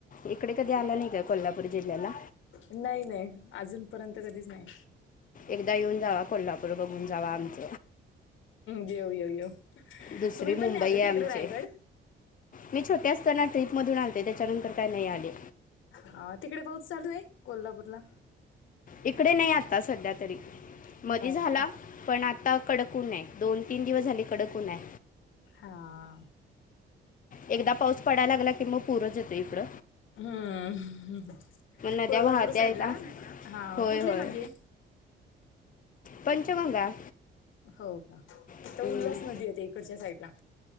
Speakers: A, on the left; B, on the left.
A: इकडे कधी आला नाही का कोल्हापूर जिल्ह्याला?
B: नाही नाही अजूनपर्यंत कधीच नाही.
A: एकदा येऊन जावा, कोल्हापूर बघून जावा आमच.
B: येऊ येऊ येऊ
A: दुसरी
B: तुम्ही
A: मुंबई
B: पण नाही आला
A: आहे
B: ना
A: आमची
B: इकड रायगड
A: मी छोटी असताना ट्रिप मधून आलते. त्याच्यानंतर काय नाही आले.
B: हां तिकडे पाऊस चालू आहे कोल्हापूरला?
A: इकडे नाही आत्ता सध्या तरी
B: नाही
A: मधी झाला.
B: का
A: पण आता कडक ऊन आहे. दोन तीन दिवस झाले कडक ऊन आहे.
B: हां
A: एकदा पाऊस पडायला लागला की मग पुरच येतोय इकड.
B: हम्म
A: नद्या
B: कोल्हापूर
A: वाहत्या
B: साईडला
A: येतात
B: हा
A: होय
B: कुठली
A: होय
B: नदी आहे?
A: पंचगंगा.
B: हो का इथ
A: हम्म,
B: उल्हास नदी येते इकडच्या साईडला.